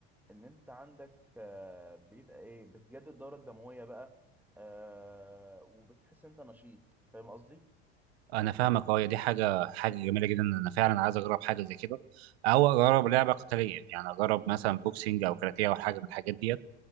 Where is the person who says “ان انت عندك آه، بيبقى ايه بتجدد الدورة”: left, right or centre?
Centre